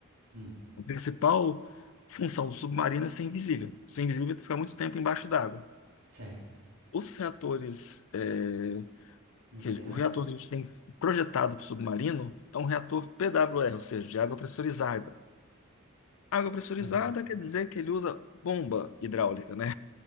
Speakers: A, on the right; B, on the left.
A: Hum,
B: a principal função do submarino é ser invisível. Ser invisível é ficar muito tempo embaixo d'água.
A: certo.
B: Os reatores, é,
A: Nucleares?
B: que- o reator que a gente tem projetado para o submarino é um reator PWR, ou seja, de água pressurizada. Água pressurizada
A: Ah,
B: quer dizer que ele usa bomba hidráulica, né?